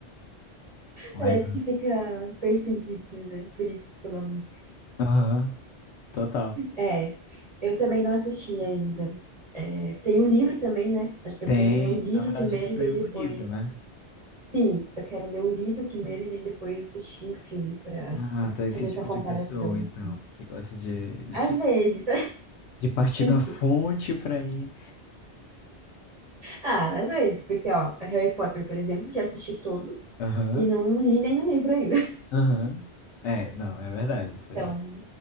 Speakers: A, on the left (about 80°); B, on the right (about 35°).
A: Mas
B: Parece que fica perseguido, né? Por isso, pela música.
A: Aham, total.
B: É, eu também não assisti ainda. É, tem o livro também, né? Acho que
A: Tem,
B: eu quero ler o livro
A: na verdade,
B: primeiro
A: ele saiu
B: e daí depois.
A: do livro, né?
B: Sim, eu quero ler o livro primeiro e daí depois assistir o filme pra
A: Ah, tá esse
B: fazer
A: tipo
B: essa comparação,
A: de pessoa, então,
B: assim.
A: que gosta de, de,
B: Às vezes.
A: de partir
B: <laughs>
A: da fonte pra ir.
B: Ah, às vezes, porque, ó, Harry Potter, por exemplo, já assisti todos
A: Aham,
B: e não li nenhum livro ainda. <laughs>
A: aham. É, não, é verdade isso
B: Então,
A: aí.